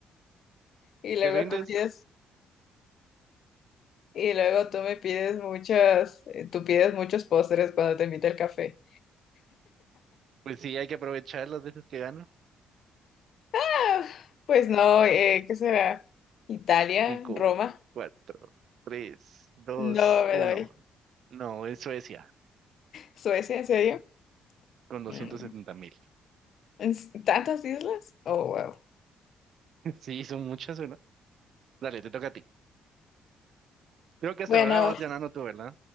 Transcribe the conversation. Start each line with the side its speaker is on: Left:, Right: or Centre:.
Left: Y luego
Right: ¿Te rindes?
Left: tú pides, y luego tú me pides muchos, eh, tú pides muchos postres cuando te invito al café.
Right: Pues sí, hay que aprovechar las veces que gano.
Left: Ah, pues no, eh, ¿qué será? Italia,
Right: Cinco,
Left: Roma.
Right: cuatro, tres, dos,
Left: No me
Right: uno.
Left: doy.
Right: No, es Suecia,
Left: Suecia, ¿en serio?
Right: con doscientos
Left: Mm.
Right: setenta mil.
Left: ¿En s- tantas islas? Oh, wow.
Right: <laughs> Sí, son muchas, ¿verdad? Dale, te toca a ti. Creo que hasta
Left: Bueno,
Right: ahora vas ganando tú, ¿verdad?